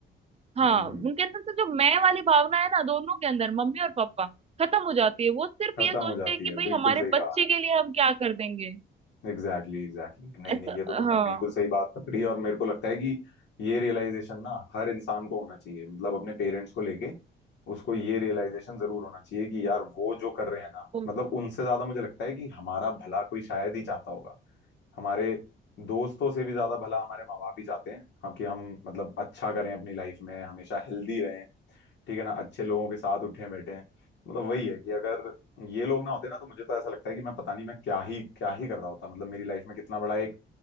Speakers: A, on the right (about 30°); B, on the left (about 75°).
A: हाँ
B: हम्म
A: उनके अंदर से जो मैं वाली भावना है ना दोनों के अंदर मम्मी और पापा खत्म हो जाती है वो सिर्फ
B: खत्म
A: ये सोचते
B: हो जाती
A: हैं कि
B: है
A: भाई
B: बिल्कुल
A: हमारे
B: सही
A: बच्चे
B: कहा
A: के लिए हम क्या कर देंगे
B: एग्जैक्टली एग्जैक्टली नहीं
A: ऐसा
B: नहीं ये तो तुमने
A: हाँ
B: बिल्कुल सही बात पकड़ी और मेरे को लगता है कि ये रियलाइजेशन ना हर इंसान को होना चाहिए मतलब अपने पेरेंट्स को लेके उसको ये रियलाइजेशन जरूर होना चाहिए कि यार वो जो कर रहे हैं ना
A: बिल्कुल
B: मतलब उनसे ज्यादा मुझे लगता है कि हमारा भला कोई शायद ही चाहता होगा हमारे दोस्तों से भी ज्यादा भला हमारे माँ बाप ही चाहते हैं हम कि हम मतलब अच्छा करें अपनी लाइफ में हमेशा हेल्दी रहें ठीक है ना अच्छे लोगों के साथ उठें बैठें मतलब वही है कि अगर ये लोग ना होते ना तो मुझे तो ऐसा लगता है कि मैं पता नहीं मैं क्या ही क्या ही कर रहा होता मतलब मेरी लाइफ में कितना बड़ा एक